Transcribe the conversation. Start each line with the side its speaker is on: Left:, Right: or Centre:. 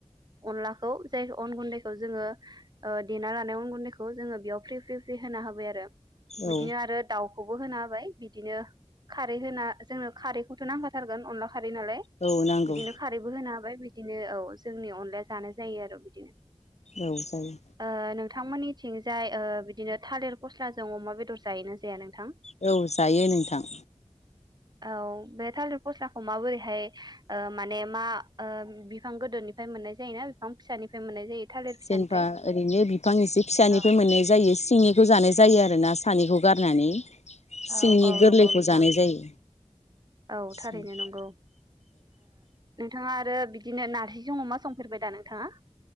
Right: अनलाखौ जाय अन गुन्दैखौ जोङो देना लानाय अन गुन्दैखौ जोङो बेयाव फ्रि फ्रि फ्रि होना होबाय आरो।
Left: औ
Right: बिदिनो आरो दाउखौ बो होना हाबाय बिदिनो खारै होना जोंनो खारैखौ खो नांखाथारगोन अन खारै नालाय
Left: औ नांगौ
Right: बिदिनो खारैबो होनो हाबाय। बिदिनो औ जोंनि अनलाया जानाय जायो आरो बिदिनो
Left: औ जायो।
Right: ओ नोंथांमोननिथिंजाय ओ बिदिनो थालिर फस्लाजों अमा बेदर जायोना जाया नोंथां।
Left: औ जायो नोंथां।
Right: औ बे थालिर फस्लाखौ माबोरैहाय ओ माने मा बिफां गोदोनिफ्राय मोननाय जायोना बिफां फिसानिफ्राय मोननाय जायो? थालिर फिसानिफ्राय
Left: जेनेबा ओरैनो बिफां एसे फिसानिफ्राय
Right: औ
Left: मोननाय जायो सिंनिखौ जानाय जायो आरो ना। सानिखौ गारनानै सिंनि
Right: औ औ
Left: गोरलैखौ
Right: नंगौ नुथां
Left: जानाय जायो
Right: ओ थारैनो
Left: औ
Right: नंगौ नोंथाङा आरो बिदिनो नारजिजों अमा संफेरबाय दा नोंथाङा?